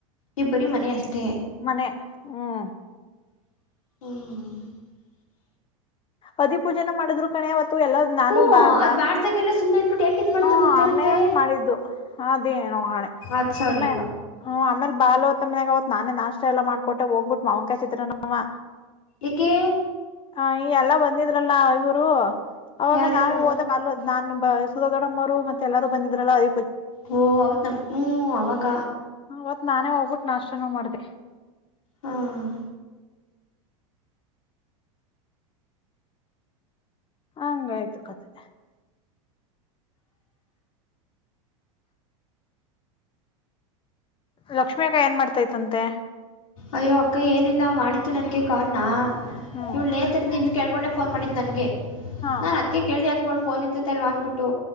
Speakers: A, on the left; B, on the left.
A: ಈಗ ಬರೀ ಮನೆ ಅಷ್ಟೇ
B: ಮನೆ ಹ್ಮ್
A: ಹ್ಮ್
B: ಅದಿ ಪೂಜೆನ ಮಾಡಿದ್ರು ಕಣ ಅವಾವತ್ತು ಎಲ್ಲ ನಾನು
A: ಹ್ಮ
B: ಬಾ
A: ಅದ್
B: ಬಾ
A: ಮಾಡ್ದಾಗೆಲ್ಲ ಸುಮ್ನೆ ಇದ್ಬಿಟ್ಟು ಯಾಕೆ ಇದ್ ಮಾಡತ್ರ
B: ಹಾ
A: ಮತ್ತೆ
B: ಆಮೇಲೆ
A: ಮತ್ತೆ
B: ಮಾಡಿದ್ದು ಅದೇನು ಹಣೆ
A: ಅದ್ ಸರಿ
B: ಆಮೇ
A: ಇಲ್ಲ
B: ಹ ಆಮೇಲೆ ಬಾಾಲ ಮನ್ಯಾಗ ಅವತ್ ನಾನ ನಾಷ್ಟ ಎಲ್ಲ ಮಾಡ್ಕೊಟ್ಟ ಹೋಗ್ಿು ಮಾವಂಕಾಯ ಚಿತ್ರನವ
A: ಎಕೆ
B: ಹ ಈ ಎಲ್ಲ ಬಂದಿದ್ರಲ್ಲಾ ಇವರು ಅವಾಗ
A: ಯಾರ್ಯಾರು
B: ನಾವು ಹೋದ ಬ ನಾನ್ ಸ ದಡಮ್ಮರುತ್ತೆಲ್ಲಾರರು ಬಂದಿದ್ರಲ್ಲ ಅ
A: ಓ ಅವ್ತಂ ಹ ಅವಕ
B: ಅವತ್ ನಾನೇ ಹೋಗ್ಬಿಟ್ಟು ನಾಷ್ಟಾನ ಮಾಡ್ದ
A: ಹಾ
B: ಹಂಗಾಯ್ತು ಕತೆೆ ಲಕ್ಷ್ಮಿ ಅಗಾಯ ಏನ್ ಮಾಡ್ತಾ ಇತ್ಂತೆ
A: ಅಯ್ಯೋ ಅಕ್ಕ ಏನಿಲ್ಲ ಮಾಡಿು ನನ್ಗೆ ಕಾಲ್ ನ
B: ಹ್ಮ್
A: ಇವ ನೇತರ ನಿಮ ಕ ಕಕೊಂಡೆ ೋನ್ ಮಾಡಿ ನನ್ಗೆ
B: ಹಾ
A: ನಾನ್ ಅಕ್ಕಕ್ಕೆ ಕೇಳ್ದಿ ಯಾಕೋಳ ೋನ್ ಇತ್ತ ಅಲ್ವಾ ಅನ್ಬಿಟ್ಟು